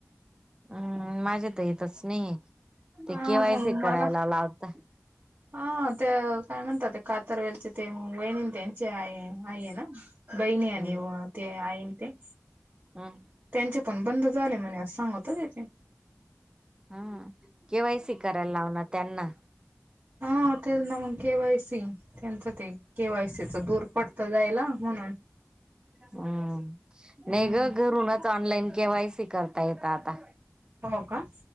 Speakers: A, on the right (about 15°); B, on the right (about 40°).
A: हम्म माझे तर येतच नाही ते
B: हा
A: केवायसी
B: मग
A: करायला
B: मला
A: लावतय.
B: हा ते काय म्हणतात ते कातारवेलचे ते वैणीन त्यांचे आहे आई ना. बहिणी आणि
A: हम्म
B: व आईने त
A: हम्म.
B: त्यांचे पण बंद झाले म्हणे असं सांगत होते त्यांनी
A: हम केवायसी करायला लावणार त्यांना.
B: हा तेच ना मग केवायसी. त्यांचं ते केवायसीच दूर पडत जायला म्हणून.
A: हम्म.
B: हम्म
A: नाही ग घरूनच ऑनलाईन केवायसी करता येत आता.
B: हो का?